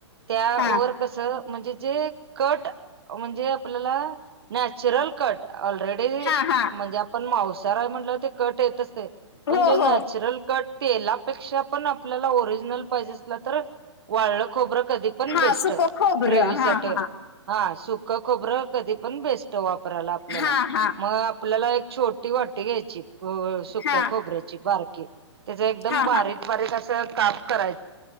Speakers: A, on the right (about 55°); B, on the left (about 55°).
A: त्यावर
B: हा
A: कस म्हणजे जे कट- म्हणजे आपल्याला नॅचरल कट ऑलरेडी
B: ह हा
A: म्हणजे आपण मावसार हाय म्हणटल्यावर ते कट येत असतय
B: हो
A: पण जो नॅचरल
B: हो
A: कट तेलापेक्षा पण आपल्याला ओरिजिनल पाहिजे असला तर वाळलं खोबरं कधी पण
B: हा
A: बेस्ट
B: सुक खोबरं
A: ग्रेवी साठ
B: हा हा
A: हा सुक खोबरं कधी पण बेस्ट वापरायला आपल्याला.
B: हा हा
A: मग आपल्याला एक छोटी वाटी घ्यायची प सुक्या
B: हा
A: खोबऱ्याची बारकी त्याज एकदम
B: हा
A: बारीक
B: हा
A: बारीक अस काप कराय